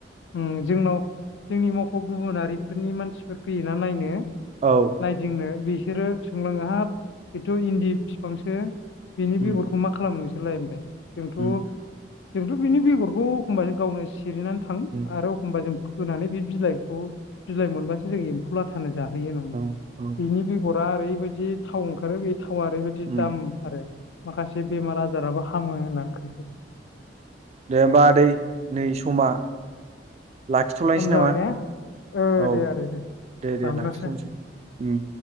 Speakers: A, on the left; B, on the right.
A: ओं जोंनाव जोंनि मावख' गुबुनारिफोरनि मानसिफोर फैयोना नायनो।
B: औ
A: नायदिंनो बिसोरो सोंलाङो हाब बेथ' इन्दि फिफांसो बिनि
B: उम,
A: बेगर खौ मा खालामनो नोंसोरलाय होनबाय जोंथ'
B: उम,
A: जोंथ' बिनि बेगरखौ एखमबासो गावनो सिरिनानै था
B: उम,
A: आरो एखमबा जों फोनानै बे बिलाइखौ बिलाइ मोनबासो जों एम्फौ लाथानो जाहोयो नं
B: औ औ
A: बेनि बेगरा ओरैबायदि थाव ओंखारो बे थावा ओरैबायदि
B: उम,
A: दाम आरो। माखासे बेमार आजाराबो खामो होननानै खो
B: दे होमबा आदै नै समा लाखिथ'लायनोसै
A: सम जाबाय
B: नामा
A: ने ओ
B: औ
A: दे आदै दे
B: दे
A: दाननोसै
B: दे लाखिथ'नोसै। उम